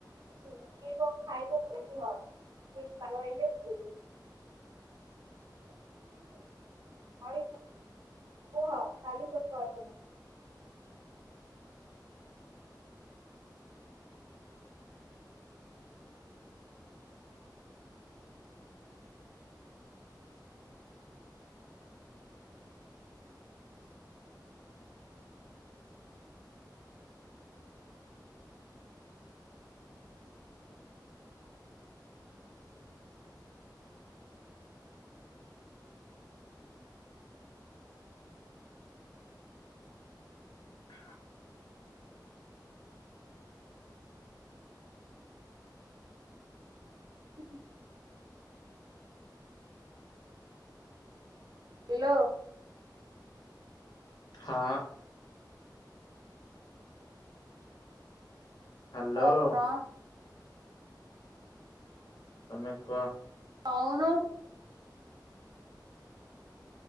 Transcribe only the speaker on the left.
<inaudible>
<inaudible>
ହଁ। ହ୍ୟାଲୋ
ତମେ କୁହ